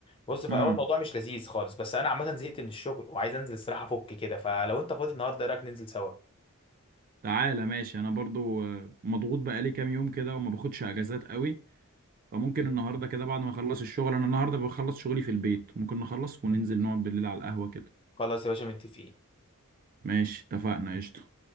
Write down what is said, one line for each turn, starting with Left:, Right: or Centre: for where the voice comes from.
Left: بص في
Right: امم
Left: اول الموضوع مش لذيذ خالص بس انا عامه زهقت من الشغل وعايز انزل الصراحه افك كده فلو انت فاضي النهارده ايه رايك ننزل سوا
Right: تعالى ماشي انا برضو آه، مضغوط بقى لي كام يوم كده وما باخدش اجازات قوي فممكن النهارده كده بعد ما اخلص الشغل انا النهارده بخلص شغلي في البيت ممكن نخلص وننزل نقعد بالليل على القهوه كده
Left: خلاص يا باشا متفقين
Right: ماشي اتفقنا قشطه